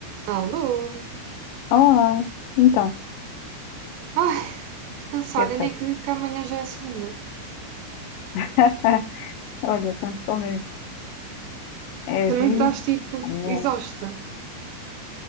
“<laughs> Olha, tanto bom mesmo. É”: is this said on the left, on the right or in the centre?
Left